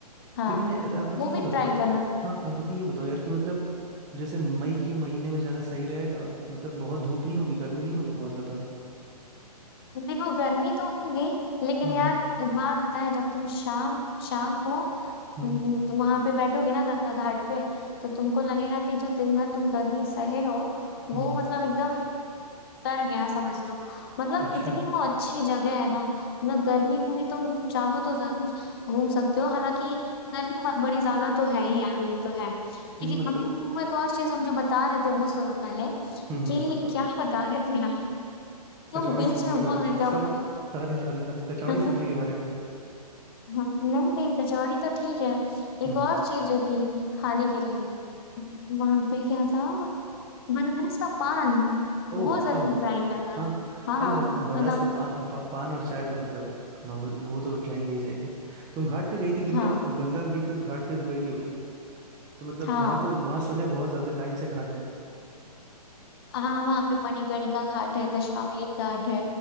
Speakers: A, on the left; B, on the right.
A: हाँ
B: लेकिन यार, आकृति
A: वो भी
B: ये बताओ
A: ट्राई करना
B: हाँ आकृति ये बताओ यार कि मतलब जैसे मई के महीने में जाना सही रहेगा मतलब बहुत धूप नहीं होगी गर्मी नहीं होगी बहुत ज्यादा
A: देखो गर्मी तो होगी लेकिन
B: हम्म
A: यार एक बात बताए जब तुम शाम शाम को
B: हम्म
A: वहां पे बैठोगे ना गंगा घाट पे तो तुमको लगेगा कि जो दिन भर तुम गर्मी सहे हो वो
B: हम्म
A: मतलब एकदम तर गया समझ लो मतलब
B: अच्छा
A: इतनी वो अच्छी जगह है ना मतलब गर्मी में भी तुम चाहो तो जरूर घूम सकते हो हालांकि गर्मी ब- बड़ी ज्यादा तो है ही यार ये तो है लेकिन
B: हम्म, मतलब
A: अभी हम तुमको एक और चीज हम जो बता रहे थे वो सुनो पहले
B: हम्म हम्म,
A: कि
B: बताओ बताओ
A: क्या बता रहे थे यार तुम
B: कचौड़ी
A: बीच
B: सब्जी
A: में
B: के
A: बोल
B: बारे में
A: देते हो
B: सॉरी
A: हमको
B: सॉरी सॉरी सॉरी कचौड़ी
A: हम्म,
B: सब्जी के बारे में
A: हाँ नहीं नहीं कचौड़ी तो ठीक है
B: हम्म
A: एक और चीज जो थी खाने के लिए वहां पे क्या था बनारस का पान
B: ओ
A: वो जरूर
B: ओ
A: ट्राई करना
B: हाँ
A: हाँ
B: अरे बन, बनारस
A: मतलब
B: का पान पा, पान और चाय तो मतलब नॉर्मल वो तो जाएंगे ही जाएंगे तुम घाट पे गई थी कि मतलब
A: हाँ
B: गंगा गई थी तो घाट पे तो गई होगी तो मतलब
A: हाँ
B: वहां तो वहां सुने बहुत ज्यादा लाइन से घाट है
A: हाँ वहाँ पे मणिकर्णिका घाट है दशाश्वमेध घाट है